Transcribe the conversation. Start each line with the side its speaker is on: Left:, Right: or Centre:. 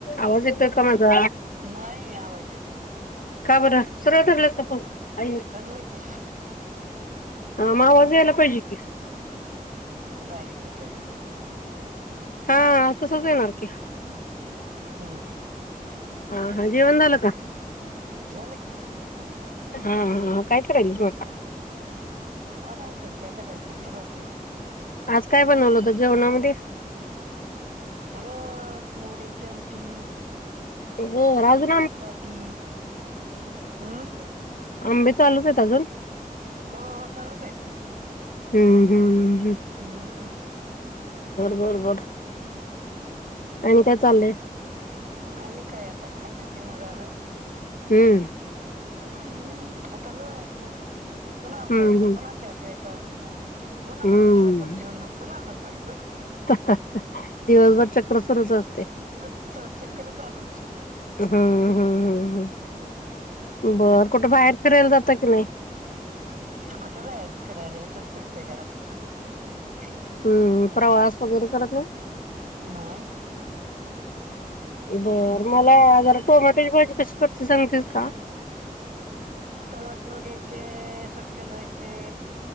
Left: आवाज येतोय का? माझा
Right: नाही आवाज येत
Left: का बर? सरळ धरलास ना फोन. अ
Right: धरलं की
Left: मग आवाज यायला पाहिजे कि.
Right: बाारीक येतोय.
Left: हां तसच येणार की
Right: हम्म
Left: ह हां जेवन झाल का?
Right: झालं की.
Left: हा हां काय करायलीस मग?
Right: आराम करते आता काय पुस्तक वाचायचय.
Left: आज काय बनवल होत जेवणामध्ये?
Right: रस वड्याची आमटी.
Left: बर आजुक.
Right: चपाती हम्म
Left: आंबे चालूच आहेत अजून?
Right: हो चालूचय.
Left: हम्म हम् हम् हम्
Right: हम्म हम्म.
Left: बर बर आणि काय चाललंय?
Right: आणि काय आता खान पिन झाल.
Left: हम्म
Right: हम्म आता लोळायच पुन्हा उठयच
Left: हम्म हम्म
Right: पुन्हा चहा प्यायचा. पुन्हा
Left: हम्म
Right: स्वयंपाक जेवण पुन्हा झोपायच.
Left: दिवसभर चक्र सुरूच असतय.
Right: तर चक्र चालूच.
Left: हम्म हम्म हम्म बर कुठ बाहेर फिरायला जाता की नाही?
Right: कुठ जायाच फिरायला इथच फिरतोय घरात. ह् <inaudible>
Left: हम्म प्रवास वगैरे करत नाही?
Right: नाही
Left: बर मला जरा टोमॅटोची भाजी कशी करते सांगतेस का?
Right: टोमॅटो घायचे स्वच्छ धुवायचे.